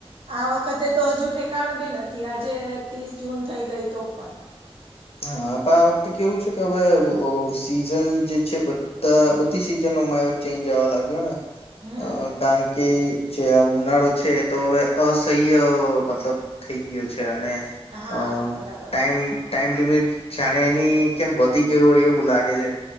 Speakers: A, on the right; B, on the left.
A: આ વખત તે તો હજુ ઠેકાણું બી નથી આજે ત્રીસ જૂન થઈ ગઈ તોપન
B: હા પણ આ વખતે કેવું છે, કે હવે સીઝન જે છે બધા બધી સીઝન માં ચેન્જ આવા લાગ્યો ને
A: હમ
B: કારણ કે જે આ ઉનાળો છે, એ તો હવે અસહ્ય મતલબ થઈ ગયો છે, અને
A: હા
B: અ
A: બરાબર
B: ટાઈમ
A: છે
B: ટાઈમ લિમિટ જાણે એની કેમ વધી ગય હોય એવું લાગે છે.